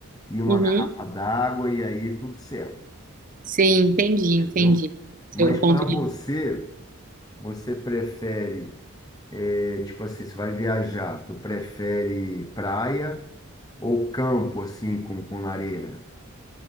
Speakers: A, on the left; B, on the right.
A: e uma
B: uhum.
A: garrafa d'água e aí tudo certo,
B: Sim, entendi,
A: entendeu?
B: entendi. Seu
A: Mas
B: ponto
A: para você,
B: de.
A: você prefere, é, tipo assim, você vai viajar, tu prefere praia ou campo assim com, com lareira?